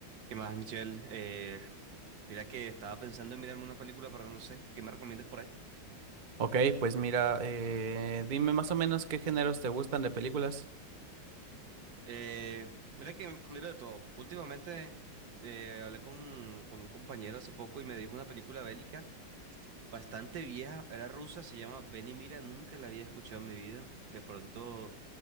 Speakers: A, on the right; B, on the right.
A: ¿Qué más, Michelle? Eh, mira que estaba pensando en mirarme una película, pero no sé, ¿qué me recomiendas por ahí?
B: Ok, pues mira, eh, dime más o menos qué géneros te gustan de películas.
A: Eh, mira que miro de todo. Últimamente eh, hablé con, con un compañero hace poco y me dijo una película bélica bastante vieja, era rusa, se llama Ven y mira, nunca la había escuchado en mi vida. De pronto